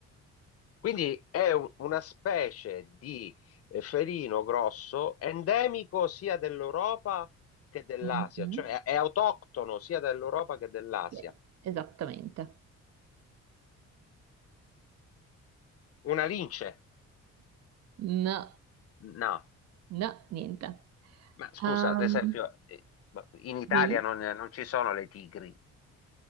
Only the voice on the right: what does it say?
Mhm.
Sì, Esattamente.
No,
no, niente.
Ehm,
dimmi.